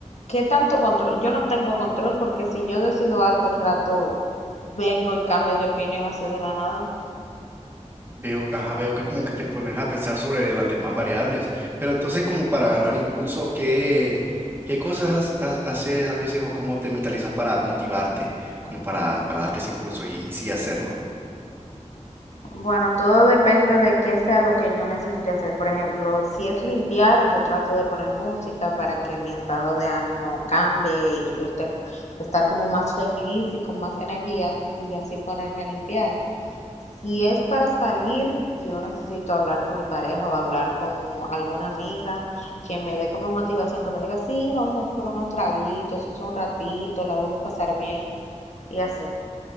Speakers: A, on the left; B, on the right.
A: ¿qué tanto control? Yo no tengo control porque si yo decido algo al rato, vengo y cambio de opinión así de la nada.
B: Veo, ajá, veo que como que te pones a pensar sobre las demás variables, pero entonces como para agarrar impulso, ¿qué, qué cosas ha- haces a veces o cómo te mentalizas para motivarte, como para, para darte ese impulso y, y sí hacerlo?
A: Bueno, todo depende de qué sea lo que yo necesite hacer. Por ejemplo, si es limpiar, yo trato de poner música para que mi estado de ánimo cambie y yo estar, estar como más feliz y con más energía y así ponerme a limpiar. Si es para salir, yo necesito hablar con mi pareja o hablar con alguna amiga que me dé como motivación, que me diga, sí, vamos por unos traguitos, eso es un ratito, la vamos a pasar bien y así.